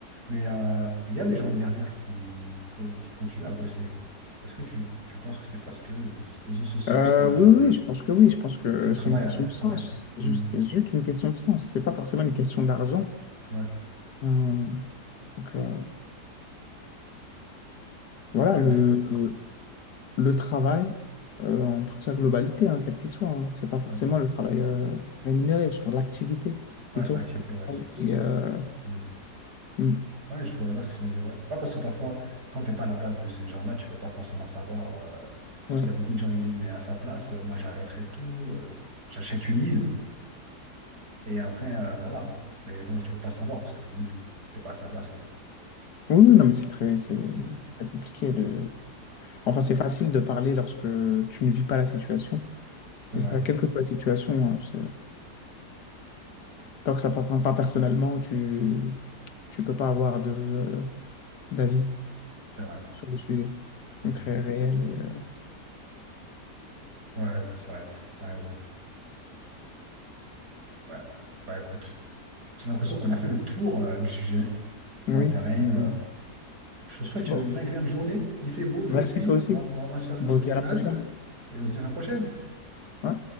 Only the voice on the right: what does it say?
Mais euh, il y a des gens milliardaires qui, qui, co- qui continuent à bosser. Est-ce que tu, tu penses que c'est parce que ils, ils ont ce sens
de,
que le travail,
le
travail,
Hmm,
ouais,
ouais,
il f-
hmm,
ouais,
sur l'activité,
ouais, ce- ce-
ce-
ce- hmm.
Ouais, je vois je vois ce que tu veux dire. Ouais. Ouais, parce que parfois, quand tu n'es pas à la place de ces gens-là, tu peux pas forcément savoir. euh, parce
qu'il y a beaucoup de gens qui disent, mais à sa place, euh, moi j'arrêterais tout, euh, j'achète une île. Et après, euh, voilà. Mais bon, tu peux pas savoir parce que tu n'es pas à sa place. quoi.
Mm.
C'est
vrai,
c'est vrai.
Mm.
Ouais, c'est vrai, tu as raison. Ouais. Bah écoute, j'ai l'impression qu'on a fait le tour euh, du sujet.
Mandarim,
je te souhaite
une agréable journée. Il fait beau aujourd'hui.
On va, on va se faire une
petite
promenade
et on se dit à la prochaine.